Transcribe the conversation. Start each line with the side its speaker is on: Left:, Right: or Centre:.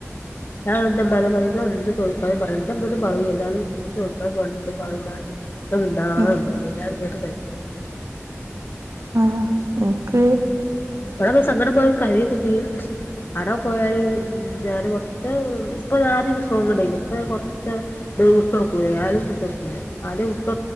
Left: ഞാൻ എന്റെ ഉമ്മാനെ പറയുമ്പ എന്ത് ചോദിച്ചാലും പറയും എന്റെ ഉമ്മ ഒന്നും <unintelligible> എന്നാലും നീ ചോദിയ്ക്കാൻ പോണന്നെന്നും പറയും വേണ്ട <unintelligible> മിണ്ടാതെ
Right: ഉം
Left: നിന്നോളീം ഞാൻ കേട്ട് സഹിച്ചോളാം
Right: ആഹ് എനിക്ക്
Left: ബടേ വന്ന് സങ്കടം പറഞ്ഞ് കരയൊക്കെ ചെയും ക്ഷേ ആടെ പോയാല് ഞാന് കൊറച്ച് ഇപ്പം ഞാൻ അദ്യൊന്നും ഫോൺ കൊണ്ട് പോയില്ലേ ഇപ്പോ കൊറച്ച് വിട്ട് കൊടുക്കൂല ഞാനും വിട്ട് കൊടുക്കൂല്ല അതെ വിട്ട്